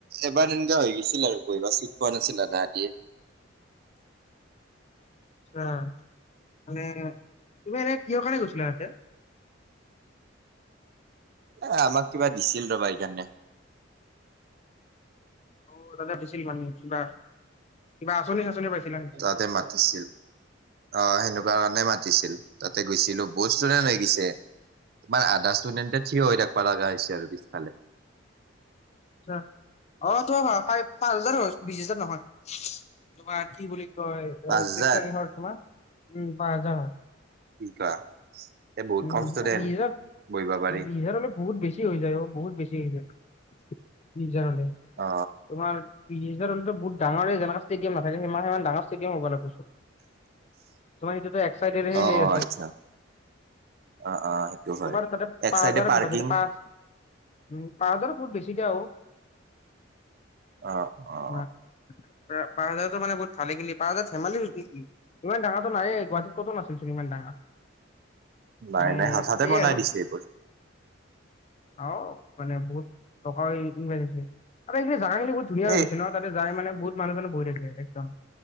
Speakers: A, on the right (about 50°); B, on the left (about 35°).
A: এবাৰ তেনকুৱা হৈ গৈছিল আৰু বঢ়িবা চিট পোৱা নাছিল আধা অধিয়ে।
B: অ', মানে তুমি এনে কিহৰ কাৰণে গৈছিলা তাতে?
A: এ আমাক কিবা দিছিল ৰবা এইকাৰণে।
B: অ', কিবা এটা দিছিল মানে কিবা। কিবা আঁচনি চাচনি পাইছিলা নেকি?
A: এই মাতিছিল। অ', সেনেকুৱা কাৰণে মাতিছিল। তাতে গৈছিলোঁ, বহুত ষ্টুডেন্ট হৈ গৈছিল। তোমাৰ আধা ষ্টুডেণ্টতে থিয় হৈ থাকবা লগা হৈছে আৰু পিছফালে।
B: অ', তোমাৰ ভ পাঁচ হাজাৰ হয় বিশ হাজাৰ নহয়। তোমাৰ কি বুলি ক প্ৰীক্ষা
A: পাঁচ হাজাৰ
B: কি ঘৰত তোমাৰ। উম, পাঁচ হাজাৰ হয়।
A: <unintelligible>
B: উম,
A: ষ্টুডেন্ট
B: বিছ হাজাৰ,
A: বহিব পাৰি
B: বিছ হাজাৰ হলে বহুত বেছি হৈ যায় অ, বহুত বেছি হৈ যায় বিচ হাজাৰ হলে,
A: অ
B: তোমাৰ বিচ হাজাৰ হলে টো বহুত ডাৰে জেনেকা ষ্টেদিয়াম নাথাকে সম সিমান ডাঙৰ ষ্টেডিয়াম হব লাগব। তোমাৰ সেইটোতো এক চাইডেৰেহে
A: অ
B: সেই
A: অ
B: আছে?
A: আচ্ছা অ অ সেইটো হয়
B: তোমাৰ তাতে
A: এক
B: পাঁচ
A: চাইডে
B: হাজাৰৰ
A: পাৰ্কিং
B: কেপাচিতি, পাঁচ উম, পাঁচ হাজাৰৰ বহুত বেছি দিয়া হ'ব।
A: অ', অ'।
B: পাঁচ হাজাৰতো মানে বহুত খালি খেলি পাঁচ হাজাৰ ধেমালি হৈছে নেকি? ইমান ডাঙাটো নাই গুৱাহাটীত কত নাছিল চোন ইমান ডাঙৰ?
A: নাই-নাই
B: মানে
A: হাঠাতে
B: সেয়ে
A: বনাই
B: আৰু
A: দিছে এইবোৰ।
B: অ', মানে বহুত টকাও ইনভেষ্ট হৈছে, আৰু এই জাগা খিনি বহুত ধুনীয়া হৈ
A: এই
B: গৈছে ন? তাতে যায় মানে বহুত মানুহ চানুহ বহি থাকে একদম।